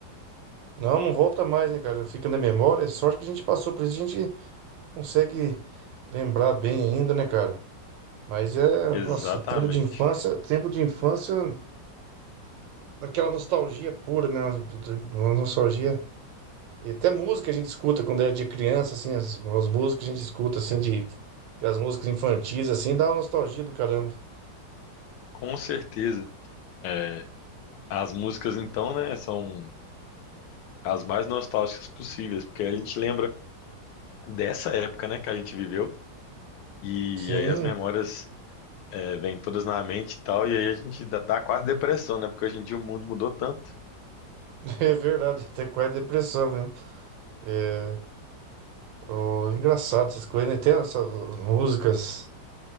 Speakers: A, on the right (about 80°); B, on the left (about 80°).
A: Não, não volta mais, né, cara? Fica na memória. É Sorte que a gente passou por isso, a gente consegue lembrar bem ainda, né, cara? Mas é,
B: Exatamente.
A: nossa, o tempo de infância, tempo de infância, daquela nostalgia pura, né? Uma nostalgia. E até música a gente escuta quando era de criança, assim, as, as músicas a gente escuta, assim, de as músicas infantis, assim, dá uma nostalgia do caramba.
B: Com certeza. É, as músicas então, né, são as mais nostálgicas possíveis, porque a gente lembra dessa época, né, que a gente viveu, e
A: Sim,
B: aí as memórias é, vêm todas na mente e tal, e aí a gente dá, dá quase depressão, né, porque hoje em dia o mundo mudou tanto.
A: <laughs> é verdade, até quase depressão mesmo. É, ó, engraçado essas coisas, né? Tem essas músicas